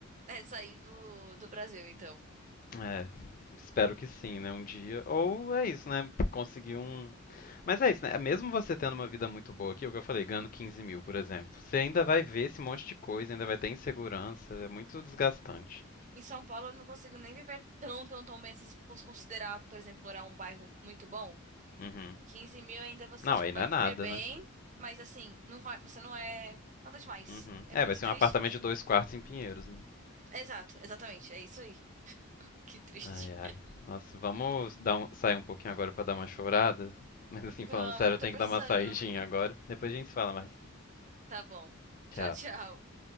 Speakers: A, on the right; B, on the left.
A: é sair do, do Brasil, então.
B: É, espero que sim, né? Um dia. Ou é isso, né? Conseguir um. Mas é isso, né? Mesmo você tendo uma vida muito boa aqui, é o que eu falei, ganhando 15 mil, por exemplo, você ainda vai ver esse monte de coisa, ainda vai ter insegurança, é muito desgastante.
A: Em São Paulo eu não consigo nem viver tão, tão, tão bem assim, se fosse considerar, por exemplo, morar um bairro muito bom.
B: Uhum.
A: 15 mil ainda você,
B: Não,
A: tipo,
B: aí não
A: vai
B: é
A: viver
B: nada,
A: bem,
B: né?
A: mas assim, não vai, você não é nada demais.
B: Uhum.
A: É
B: É,
A: muito
B: vai ser
A: triste
B: um apartamento
A: isso.
B: de dois quartos em Pinheiros, né?
A: Exato, exatamente, é isso aí. Que triste.
B: Ai, ai. Nossa, vamos dar um- sair um pouquinho agora pra dar uma chorada? Mas assim,
A: Vamos,
B: falando sério,
A: eu
B: eu tenho
A: tô precisando.
B: que dar uma saidinha agora. Depois a gente se fala mais.
A: Tá bom.
B: Tchau.
A: Tchau, tchau.